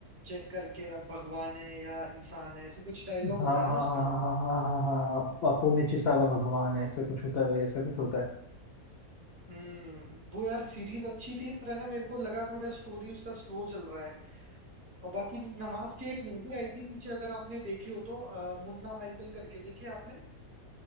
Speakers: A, on the right (about 20°); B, on the left (about 70°).
A: चेक करके अब भगवान है या इंसान है ऐसे कुछ डायलॉग
B: हाँ
A: होता है
B: हाँ
A: ना उसका
B: हाँ हाँ हाँ हाँ हाँ हाँ अप- अपुन्य चिसाला भगवान है ऐसा कुछ होता है भाई ऐसा कुछ होता है
A: हम्म वो यार सीरीज अच्छी थी पर है ना मेरे को लगा थोड़ा स्टोरी उसका स्लो चल रहा है और बाकी नमाज की एक मूवी आई थी पीछे अगर आपने देखी हो तो अ, मुन्ना माइकल करके देखी है आपने